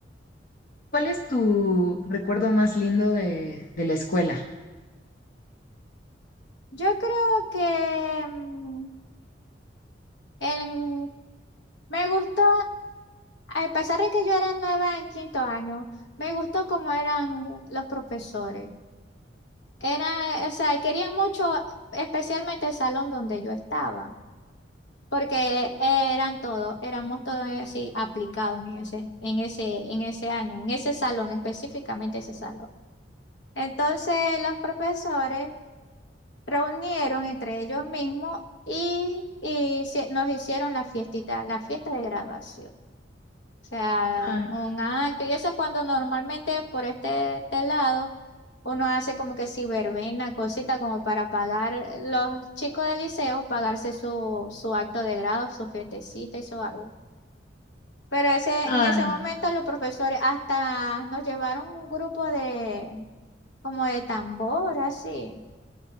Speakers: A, on the left; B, on the left.
A: ¿Cuál es tu recuerdo más lindo de, de la escuela?
B: Yo creo que mm, el- me gustó, a pesar de que yo era nueva en quinto año, me gustó cómo eran los profesores. Era, o sea, querían mucho, especialmente el salón donde yo estaba, porque eran todos, éramos todos así aplicados en ese, en ese, en ese año, en ese salón, específicamente ese salón. Entonces, los profesores reunieron entre ellos mismos y, y se- nos hicieron la fiestita, la fiesta de graduación. O sea,
A: Ay,
B: un acto. Y eso es cuando normalmente por este, este lado uno hace como que si verbena, cosita como para pagar eh, los chicos del liceo, pagarse su, su acto de grado, su fiestecita y su algo. Pero ese,
A: ay.
B: en ese momento los profesores hasta nos llevaron un grupo de como de tambor, así.